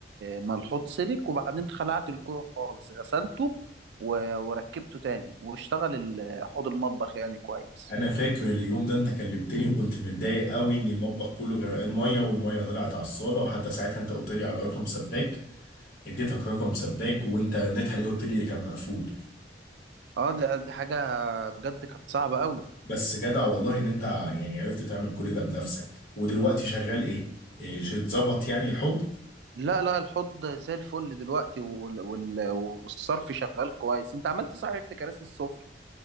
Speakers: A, on the right; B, on the left.
A: ما الحوض سلك وبعدين خلعت الكوع خالص غسلته و- وركبته تاني واشتغل ال- حوض المطبخ يعني كويس
B: انا فاكر اليوم ده انت كلمتني وكنت متضايق قوي ان المطبخ كله غرقان ميه والميه طلعت على الصاله وحتى ساعتها انت قلت لي على رقم سباك اديتك رقم سباك وانت رنيت عليه قلت لي كان مقفول
A: اه لا، دي حاجة بجد كانت صعبة قوي
B: بس جدع والله ان انت يعني عرفت تعمل كل ده بنفسك ودلوقتي شغال ايه إيه، اتظبط يعني الحوض
A: لا لا الحوض زي الفل دلوقتي وال... وال... والصرف شغال كويس انت عملت صحيح في كراسي السفرة